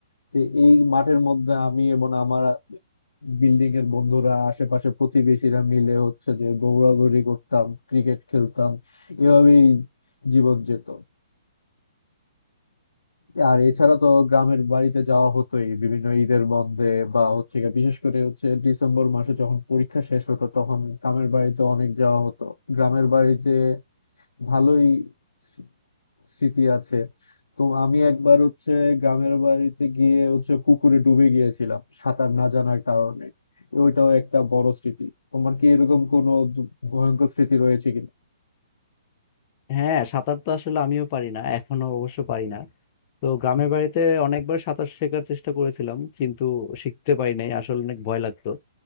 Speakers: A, on the left (about 75°); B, on the left (about 35°).
A: তো এই মাঠের মধ্যে আমি এবং আমার বিল্ডিং এর বন্ধুরা আশেপাশে প্রতিবেশীরা মিলে হচ্ছে যে দৌড়াদৌড়ি করতাম ক্রিকেট খেলতাম এভাবেই জীবন যেত আর এছাড়া তো গ্রামের বাড়িতে যাওয়া হতোই বিভিন্ন ঈদের বন্ধে বা হচ্ছে গিয়ে বিশেষ করে হচ্ছে ডিসেম্বর মাসে যখন পরীক্ষা শেষ হতো তখন গ্রামের বাড়িতে অনেক যাওয়া হতো গ্রামের বাড়িতে ভালোই স্মৃ- স্মৃতি আছে তো আমি একবার হচ্ছে গ্রামের বাড়িতে গিয়ে হচ্ছে পুকুরে ডুবে গিয়েছিলাম সাঁতার না জানার কারণে ওইটাও একটা বড় স্মৃতি তোমার কি এরকম কোনো দু- ভয়ঙ্কর স্মৃতি রয়েছে কি
B: হ্যাঁ সাঁতার তো আসলে আমিও পারি না এখনো অবশ্য পারি না তো গ্রামের বাড়িতে অনেকবার সাঁতার শেখার চেষ্টা করেছিলাম কিন্তু শিখতে পারি নাই আসলে অনেক ভয় লাগতো